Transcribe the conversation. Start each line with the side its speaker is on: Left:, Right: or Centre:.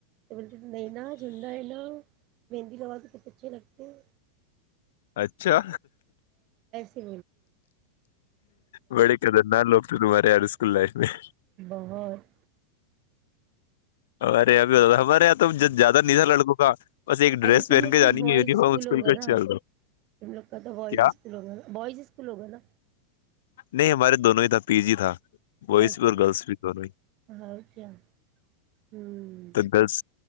Right: تو بولے ت نہیں نا جھنڈا ہے نا مہندی لوا بھی کتنے اچھے لگتے ہیں
Left: اچھا
Right: سے
Left: بڑکد ن لوگتی مارہار اسکول لائف میں
Right: بہت
Left: اور اب تو زیادہ ندا لڑکوں کا بس ایک ڈریس
Right: ارے تم
Left: پہن
Right: لوگ
Left: کے
Right: تو
Left: جانی
Right: بوائز
Left: یفارم اسکول
Right: ہوگا نا
Left: اچھاا
Right: تم لوگ کا تو بوائز
Left: کیا
Right: اسکول ہوگا نا بوائز اسکول ہوگا نا
Left: نہیں ہمارے دونوں ہی تھا پی جی تھا وس
Right: اچھا
Left: پر گرلس بھی کر رہی
Right: اور کیا ہوں
Left: د گرلس